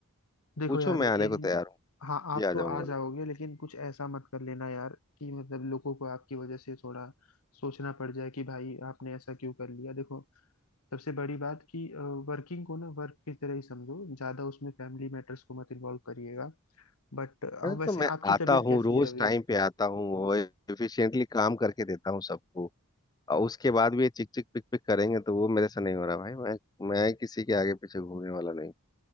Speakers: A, on the left; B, on the left.
A: देखो
B: पूछो
A: यार
B: मैं
A: लेकिन
B: आने को तैयार हूँ
A: हाँ आप
B: भी आ
A: तो आ
B: जाऊंगा
A: जाओगे लेकिन कुछ ऐसा मत कर लेना यार कि मतलब लोगों को आपकी वजह से थोड़ा सोचना पड़ जाए कि भाई आपने ऐसा क्यों कर लिया देखो सबसे बड़ी बात कि वर्किंग को ना वर्क की तरह ही समझो ज्यादा उसमें फैमिली मैटर्स को मत इन्वॉल्व करिएगा बट
B: अरे
A: वैसे
B: तो मैं
A: आपकी
B: आता
A: तबीयत
B: हूँ
A: कैसी
B: रोज
A: है अभी
B: टाइम पे आता हूँ और एफिशिएंटली काम करके देता हूँ सबको और उसके बाद भी ये चिक चिक पिक पिक करेंगे तो वो मेरे से नहीं हो रहा भाई मैं मैं किसी के आगे पीछे घूमने वाला नहीं